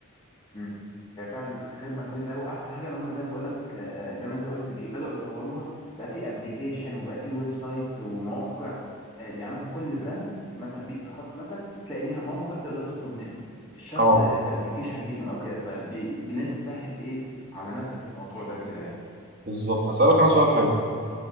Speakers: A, on the left (about 20°); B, on the right (about 45°).
A: امم هي فعلا خدمه كويسه قوي احسن حاجه ان هم زي ما بقول لك آه، زي ما انت قلت بي- بدأوا يطوروها بقى في ابلكيشن وبقى في ويب سايتس ومواقع آه، يعني مثلا كل براند مثلا بيتزا هات مثلا تلاقي ليها موقع تقدر تطلب منه مش شرط
B: اه
A: ابلكيشن ليهم او كده فان انت تسهل ايه على نفسك الموضوع ده كده يعني
B: بالظبط هسالك انا سؤال حلو